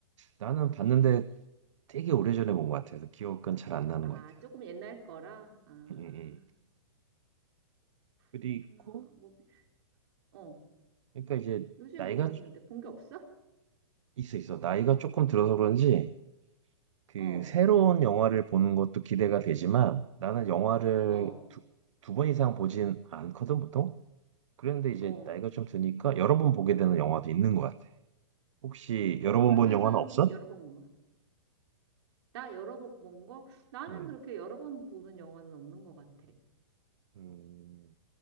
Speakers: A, on the right; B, on the right.
A: 나는 봤는데 되게 오래전에 본 것 같아서 기억은 잘 안 나는
B: 아,
A: 것 같아.
B: 조금 옛날 거라? 아,
A: 음, 음. 그리고,
B: 그렇구나. 뭐, 어.
A: 그러니까 이제
B: 요즘에
A: 나이가
B: 뭐 봤는데 본 게 없어?
A: 있어 있어. 나이가 조금 들어서 그런지 그
B: 어,
A: 새로운 영화를 보는 것도 기대가 되지만 나는 영화를
B: 어,
A: 두, 두 번 이상 보진 않거든 보통. 그런데 이제
B: 어.
A: 나이가 좀 드니까 여러 번 보게 되는 영화도 있는 것 같아. 혹시 여러
B: 그러면은
A: 번 본 영화는 없어?
B: 여러 번 나 여러 번 본 거? 나는
A: 음,
B: 그렇게 여러 번 보는 영화는 없는 것 같아.
A: 음,